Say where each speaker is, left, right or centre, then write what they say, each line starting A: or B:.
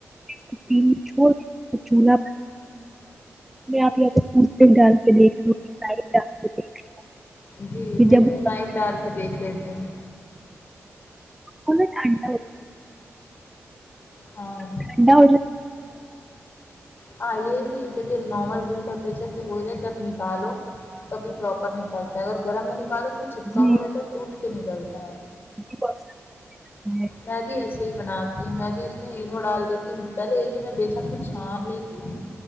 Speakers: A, in the centre; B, on the left.
A: ت چ چلہا آپ یہاں پ ڈال کے دیکھ لائ ڈال دیکھ
B: جی
A: پھر
B: میں
A: جب
B: تو
A: وہ-
B: نائف ڈال کے دیکھ لیتی ہوں
A: کو ٹھنڈا ہو
B: ہاں
A: ٹھنڈا <inaudible>
B: ہاں یہ کہ جب نارمل ٹمپریچر پہ ہو جائے تب نکالو تب یہ پراپر نکالتا ہے اگر گرم میں نکالو تو وہ چپکا
A: ہے۔ جی
B: ہو رہتا ہے ٹوٹ کے نکلتا ہے
A: جی وہ اکثر ہوتا ہے۔
B: میں بھی ایسے ہی بناتی ہوں میں بھی اس میں اینو ڈال دیتی ہوں پہلے کہ میں بیسن کو چھان لی لیتی ہوں